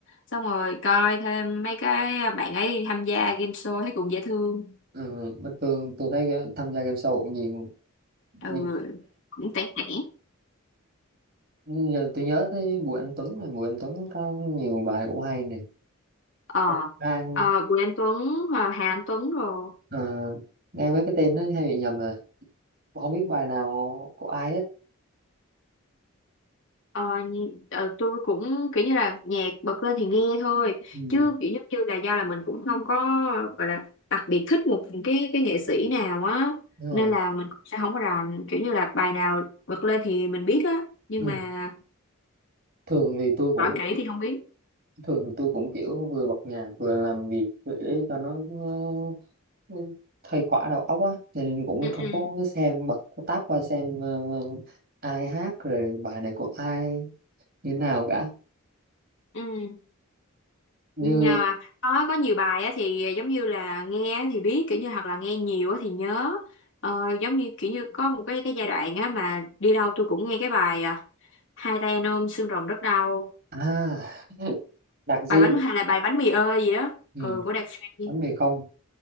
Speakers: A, on the left; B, on the right.
A: Xong rồi coi thêm mấy cái ờ, bạn ấy tham gia game show thấy cũng dễ thương.
B: ừ, bình thường tôi thấy tham gia game show nhiều
A: Ừ,
B: nhiều
A: cũng tẻ tẻ.
B: Nhưng giờ tôi nhớ tới Bùi Anh Tuấn này Bùi Anh Tuấn có nhiều bài cũng hay này
A: Ờ,
B: Ông Lan
A: ờ Bùi Anh Tuấn, Hà Hà Anh Tuấn rồi.
B: ờ, nghe mấy cái tên nó hay bị nhầm à không biết bài nào của ai hết
A: Ờ, nhi- ờ, tôi cũng kiểu như là nhạc bật lên thì nghe thôi
B: ừ,
A: chứ kiểu giống như là do là mình cũng không có gọi là đặc biệt thích một cái cái nghệ sĩ nào á
B: đúng rồi
A: nên là mình cũng sẽ không có rành kiểu như là bài nào bật lên thì mình biết á nhưng
B: ừ.
A: mà
B: thường thì tôi cũng
A: hỏi kỹ thì không biết
B: thường thì tôi cũng kiểu vừa bật nhạc vừa làm việc để cho nó, nó nó khuây khỏa đầu óc á Cho nên cũng
A: ừ
B: không
A: ừ
B: có xem bật cái tab qua xem ờ, ai hát rồi bài này của ai như nào cả
A: ừ
B: như
A: nhờ mà có có nhiều bài á thì giống như là nghe á thì biết kiểu như hoặc là nghe nhiều á thì nhớ ờ, giống như kiểu như có một cái cái giai đoạn á mà đi đâu tôi cũng nghe cái bài à, hai tay anh ôm xương rồng rất đau
B: à <laughs> đặc di
A: bài bánh hay là bài bánh mì ơi gì đó
B: ừ.
A: ừ của Đạt Suy
B: bánh mì không